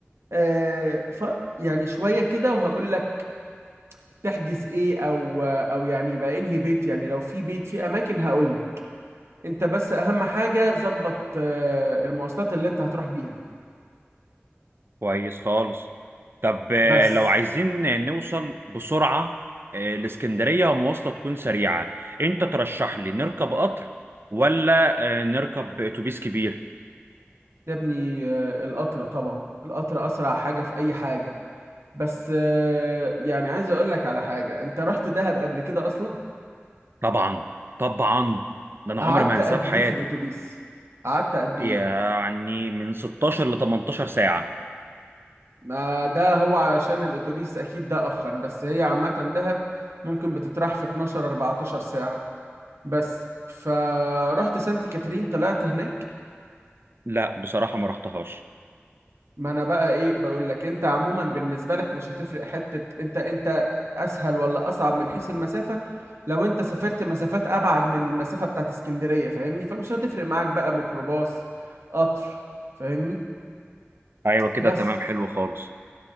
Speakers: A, on the right; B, on the right.
A: آه ف يعني شوية كده وهقول لك تحجز ايه او او يعني يبقى انهي بيت يعني لو في بيت في اماكن هقول لك انت بس اهم حاجة ظبط آه المواصلات اللي انت هتروح بيها
B: كويس خالص طب آه،
A: بس
B: لو عايزين نوصل بسرعة آه، الاسكندرية مواصلة تكون سريعة انت ترشح لي نركب قطر ولا آه، نركب اتوبيس كبير
A: يا ابني آه القطر طبعا القطر اسرع حاجة في اي حاجة بس آه، يعني عايز اقول لك على حاجة انت رحت دهب قبل كده اصلا
B: طبعا طبعا ده انا
A: قعدت
B: عمري ما هنساه
A: قد
B: في حياتي
A: ايه في الاتوبيس قعدت قد
B: يعني
A: ايه
B: من 16 ل 18 ساعة
A: ما ده هو عشان الاتوبيس اكيد ده اخر بس هي عامة دهب ممكن بتطرح في 12 14 ساعة بس فرحت سانتي كاترين طلعت هناك
B: لا بصراحة ما رحتهاش
A: ما انا بقى ايه بقول لك انت عموما بالنسبه لك مش هتفرق حته انت انت اسهل ولا اصعب من حيث المسافه لو انت سافرت مسافات ابعد من المسافه بتاعت اسكندريه فاهمني فمش هتفرق معاك بقى ميكروباص قطر فاهمني
B: ايوه كده
A: بس
B: تمام حلو خالص